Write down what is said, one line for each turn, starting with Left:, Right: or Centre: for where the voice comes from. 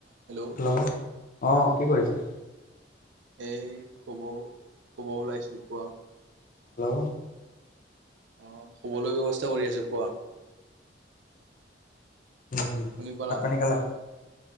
Right: Hello
Left: hello অ কি কৰিছা?
Right: এই শুব শুব ওলাইছোঁ। কোৱা?
Left: হেল্ল'
Right: অ শুবলৈ ব্যৱস্থা কৰি আছো। কোৱা?
Left: উম,
Right: শুনি পালা?
Left: ভাত পানী খালা?